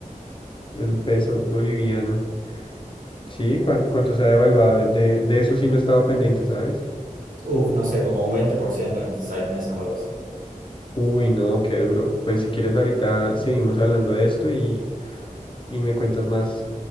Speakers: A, on the left; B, on the right.
A: El peso boliviano. Sí, cuán- cuánto se ha devaluado. De, de eso sí no estaba pendiente, ¿sabes?
B: Uf, no sé, como un 20% en seis meses o algo así.
A: Uy, no, qué duro. Pues si quieres ahorita seguimos hablando de esto y, y me cuentas más